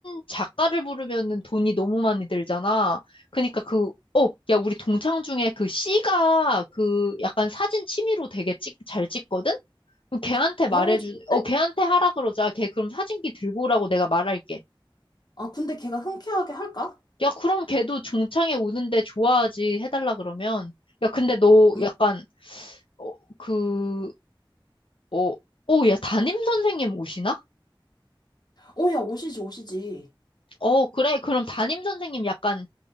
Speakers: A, on the left; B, on the left.
A: 작가를 부르면은 돈이 너무 많이 들잖아. 그니까 그, 어, 야, 우리 동창 중에 그 C가 그 약간 사진 취미로 되게 찍, 잘 찍거든? 그럼 걔한테 말해주,
B: 어, 좋은데?
A: 어, 걔한테 하라 그러자. 걔 그럼 사진기 들고 오라고 내가 말할게.
B: 아, 근데 걔가 흔쾌하게 할까?
A: 야, 그럼 걔도 중창에 오는데 좋아하지 해달라 그러면. 야, 근데 너
B: 음,
A: 약간, 어, 그, 어, 어, 야, 담임 선생님 오시나?
B: 어, 야, 오시지, 오시지.
A: 어, 그래. 그럼 담임 선생님 약간